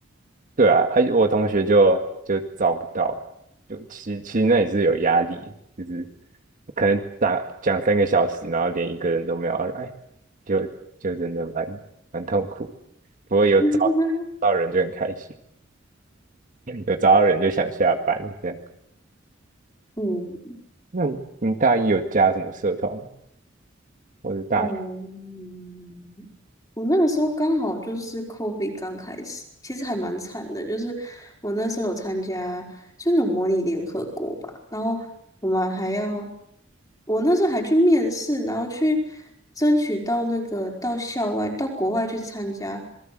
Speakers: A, on the right (about 45°); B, on the left (about 20°).
A: 对啊，还有我同学就就找不到，就其实其实那也是有压力，就是可能打讲三个小时，然后连一个人都没有要来，就就真的蛮蛮痛苦。不过有找
B: <laughs>
A: 到人就很开心，有找到人就想下班这样。
B: 嗯，
A: 那你你大一有加什么社团吗或者大？
B: 哦，嗯我那个时候刚好就是 COVID 刚开始，其实还蛮惨的。就是我那时候有参加，就那种模拟联合国吧，然后我们还要，我那时候还去面试，然后去争取到那个到校外、到国外去参加